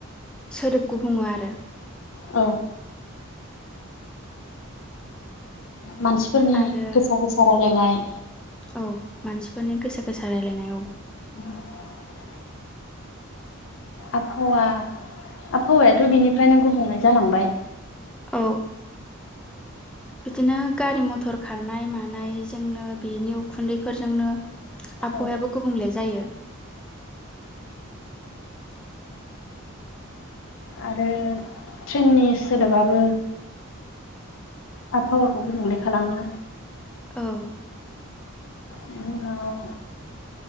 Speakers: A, in the centre; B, on the left.
A: सोदोब गुबुङो आरो
B: औ मानसिफोरनि
A: आरो
B: गोसा गोसा रायलायनाय
A: औ मानसिफोरनि गोसा गोसा रायलायनाय औ
B: <inaudible> आबहावा आबहावायाथ' बिनिफ्रायनो गुबुंले जालांबाय
A: औ बिदिनो गारि मथर खारनाय मानायजोंनो बिनि उखुन्दैफोरजोंनो आबहावायाबो
B: औ
A: गुबुंले जायो।
B: आरो ट्रेननि सोदोबाबो आबहावाखौ गोबुंले खालामो।
A: औ
B: बेनि उनाव